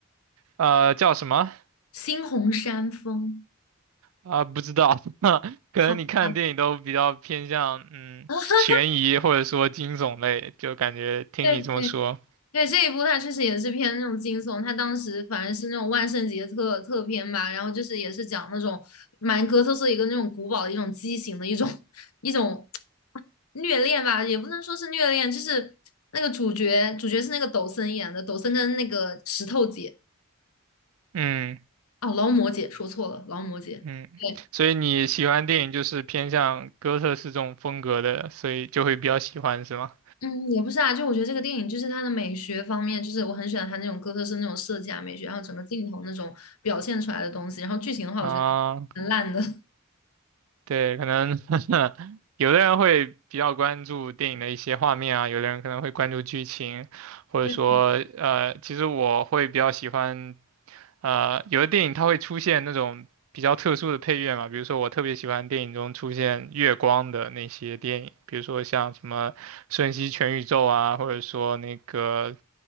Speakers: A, on the right (about 70°); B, on the left (about 80°).
A: 呃，叫什么？
B: 《猩红山峰》
A: 啊，不知道，<laughs> 可能你看电影都比较偏向嗯悬疑或者说惊悚类，
B: 好吧。<laughs>
A: 就感觉听你这么说，
B: 对对对，对，这一部它确实也是偏那种惊悚，它当时反正是那种万圣节特特片吧，然后就是也是讲那种蛮哥特色一个那种古堡的一种畸形的一种 <laughs> 一种虐恋吧，也不能说是虐恋，就是那个主角主角是那个抖森演的，抖森跟那个石头姐
A: 嗯
B: 哦劳模姐说错了，劳模姐。
A: 嗯，
B: 对。
A: 所以你喜欢电影就是偏向哥特式这种风格的，所以就会比较喜欢是吗？
B: 嗯，也不是啊，就我觉得这个电影就是它的美学方面，就是我很喜欢它那种哥特式那种设计啊美学，然后整个镜头那种表现出来的东西，然后剧情的话，
A: 啊、
B: 我觉得很烂的。
A: 对，可能 <laughs> 有的人会比较关注电影的一些画面啊，有的人可能会关注剧情，或者说，
B: 对，
A: 呃，其实我会比较喜欢，呃，有的电影它会出现那种比较特殊的配乐嘛，比如说我特别喜欢电影中出现月光的那些电影，比如说像什么《瞬息全宇宙》啊，或者说那个，